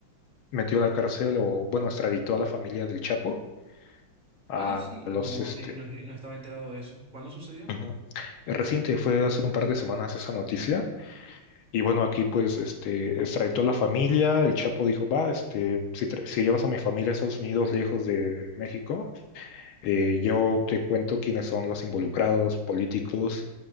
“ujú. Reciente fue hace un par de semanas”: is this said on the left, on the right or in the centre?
Left